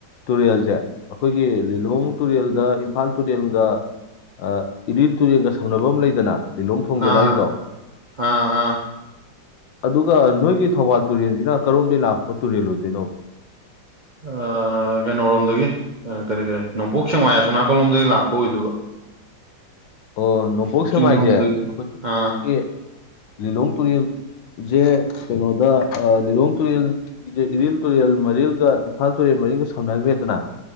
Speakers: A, on the left; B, on the right.
A: ꯇꯨꯔꯦꯜꯁꯦ ꯑꯩꯈꯣꯏꯒꯤ ꯂꯤꯂꯣꯡ ꯇꯨꯔꯦꯜꯗ ꯏꯝꯐꯥꯜ ꯇꯨꯔꯦꯜꯒ ꯑꯥ ꯏꯔꯤꯜ ꯇꯨꯔꯦꯜꯒ ꯁꯝꯅꯕꯝ ꯂꯩꯗꯅ ꯂꯤꯂꯣꯡ ꯊꯣꯡꯒꯤ
B: ꯑꯥ
A: ꯑꯗꯥꯏꯒꯤꯗꯣ
B: ꯑꯥ ꯑꯥ
A: ꯑꯗꯨꯒ ꯅꯣꯏꯒꯤ ꯊꯧꯕꯥꯜ ꯇꯨꯔꯦꯜꯁꯤꯅ ꯀꯔꯣꯝꯗꯩ ꯂꯥꯛꯄ ꯇꯨꯔꯦꯜ ꯑꯣꯏꯗꯣꯏꯅꯣ
B: ꯑꯥ ꯀꯩꯅꯣꯔꯣꯝꯗꯒꯤ ꯀꯔꯤ ꯀꯔꯤ ꯅꯣꯡꯄꯣꯛ ꯁꯦꯡꯃꯥꯏ ꯑꯁꯣꯝ ꯅꯥꯀꯜꯂꯣꯝꯗꯒꯤ ꯂꯥꯛꯄ ꯑꯣꯏꯗꯣꯢꯕ <inaudible>
A: ꯑꯣ ꯅꯣꯡꯄꯣꯛ
B: ꯆꯤꯡꯂꯣꯝꯗꯒꯤ
A: ꯁꯦꯛꯃꯥꯏꯁꯦ ꯑꯩꯈꯣꯏꯒꯤ
B: ꯑꯥ
A: ꯂꯤꯂꯣꯡ ꯇꯨꯔꯦꯜ ꯖꯦ ꯀꯩꯅꯣꯗ ꯑꯥ ꯂꯤꯂꯣꯡ ꯇꯨꯔꯦꯜ ꯖꯦ ꯏꯔꯤꯜ ꯇꯨꯔꯦꯜ ꯃꯔꯤꯜꯒ ꯏꯝꯐꯥꯜ ꯇꯨꯔꯦꯜ ꯃꯔꯤꯜꯒ ꯁꯝꯅꯈ꯭ꯔꯦꯗꯅ